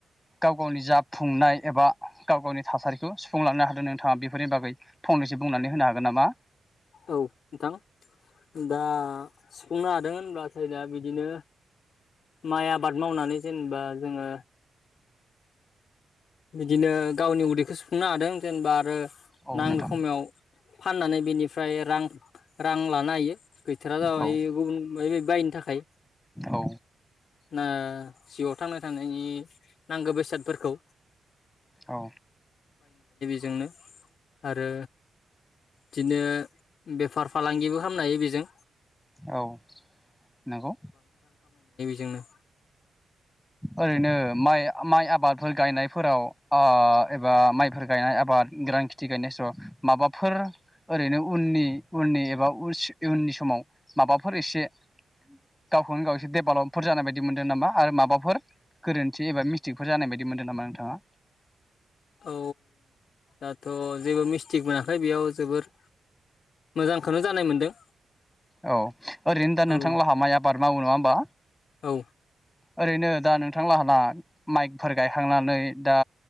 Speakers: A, on the left (about 15°); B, on the left (about 70°).
A: गाव गावनि जाफुंनाय एबा गाव गावनि थासारिखौ सुफुंलांनो हादों नोंथाङा बेफोरनि बागै फंनैसो बुंनानै होनो हागोन नामा?
B: औ नोंथां दा सुफुंनो हादों होनब्लाथाय दा बिदिनो माइ आबाद मावनानै जेनेबा जोङो बिदिनो गावनि उदैखौ सुफुंनो हादों जेनेबा आरो
A: औ
B: नांगौ
A: नोंथां
B: खमायाव फाननानै बेनिफ्राय रां रां लानो हायो‌। गैथारा जाबाय
A: औ
B: गुबुन मायबा मायबि बायनो थाखाय
A: औ
B: ना जिउआव थांना थानायनि नांगो बेसादफोरखौ
A: औ।
B: जोंनो आरो बिदिनो बेफार फालांगिबो खामनो हायो बेजों
A: औ नंगौ।
B: जोंनो।
A: ओरैनो माइ माइ आबादफोर गायनायफोराव ओ एबा माइफोर गायनाय आबाद गोरान खेथि गायनाय समाव माबाफोर ओरैनो उननि उननि एबा उज इउननि समाव माबाफोर एसे गावखौनो गाव एसे डेभेलपफोर जानाय बायदि मोनदों नामा आरो माबाफोर गोरोन्थि एबा मिस्टेकफोर जानाय बायदि मोनदों नामा नोंथाङा?
B: औ दाथ' जेबो मिस्टेक मोनाखै बेयाव जोबोर मोजांखौनो जानाय मोनदों।
A: औ ओरैनो दा नोंथां
B: औ
A: लाहा माइ आबाद मावो नङा होमबा
B: औ
A: ओरैनो दा नोंथांलाहा माइकफोर गायखांनानै दा